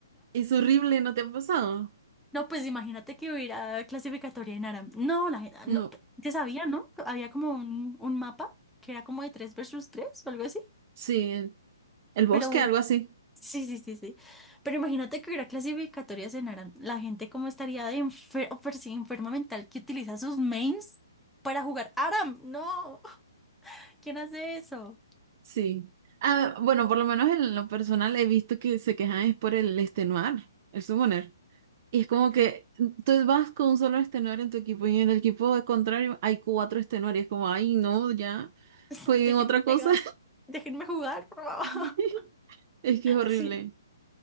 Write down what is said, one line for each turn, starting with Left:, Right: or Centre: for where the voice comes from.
Right: Es horrible, ¿no te ha pasado?
Centre: No, pues imagínate que hubiera clasificatoria en árabe. No, la gente,
Right: No.
Centre: no, ya sabía, ¿no? Había como un, un mapa que era como de 3 versus 3 o algo así.
Right: Sí, el, el bosque,
Centre: Pero
Right: algo así.
Centre: sí, sí, sí, sí. Pero imagínate que hubiera clasificatorias en árabe. La gente como estaría de enfer- o per- sí, enferma mental que utiliza sus mains para jugar Aram. No, ¿quién hace eso?
Right: Sí. Ah, bueno, por lo menos en lo personal he visto que se quejan es por el extenuar, el summoner. Y es como que tú vas con un solo extenuar en tu equipo y en el equipo de contrario hay cuatro extenuar y es como, ay, no, ya,
Centre: <laughs>
Right: fue
Centre: Déjenme
Right: en otra cosa.
Centre: pegar, déjenme jugar. <laughs>
Right: <laughs> Es que es horrible.
Centre: Sí.